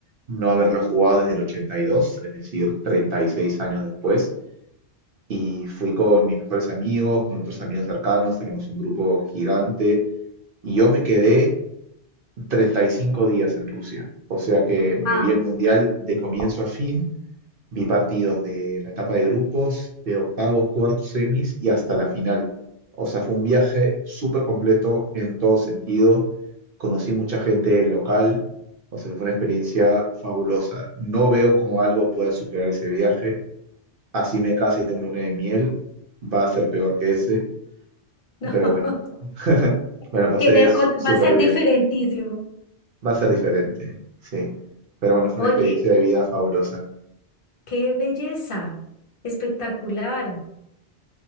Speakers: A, on the right; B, on the left.
A: no haberlo jugado desde el 82, es decir, 36 años después. y fui con mis mejores amigos, con otros amigos cercanos, tenemos un grupo gigante y yo me quedé 35 días en Rusia. O sea que
B: wow,
A: me vi el mundial de comienzo a fin, vi partidos de la etapa de grupos, de octavos, cuartos, semis y hasta la final. O sea, fue un viaje súper completo en todo sentido. Conocí mucha gente local, o sea, fue una experiencia fabulosa. No veo cómo algo pueda superar ese viaje Así me case y tengo una luna de miel, va a ser peor que ese,
B: no,
A: pero bueno, <laughs>
B: <laughs>
A: Bueno, pasé
B: tiene, ot-
A: su- súper
B: va a ser
A: bien.
B: diferentísimo.
A: Va a ser diferente, sí. Pero bueno, fue
B: Oye,
A: una experiencia de vida fabulosa,
B: qué belleza, espectacular,